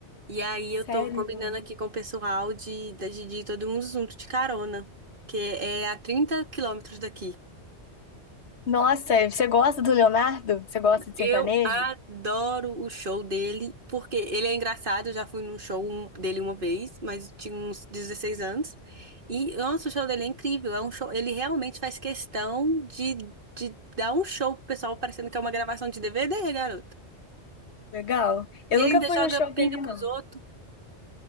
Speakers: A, on the right; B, on the left.
A: E aí
B: Sério?
A: eu tô combinando aqui com o pessoal de, de, de ir todo mundo junto de carona, que é a 30 quilômetros daqui.
B: Nossa, você gosta do Leonardo? Você gosta de
A: Eu
B: sertanejo?
A: adoro o show dele, porque ele é engraçado. Eu já fui num show um- dele uma vez, mas eu tinha uns 16 anos. E, nossa, o show dele é incrível. É um show, ele realmente faz questão de, de dar um show pro pessoal, parecendo que é uma gravação de DVD, garoto.
B: Legal.
A: E
B: Eu
A: ele
B: nunca
A: ainda
B: fui
A: joga
B: no show
A: pinga
B: dele,
A: pros
B: não.
A: outros.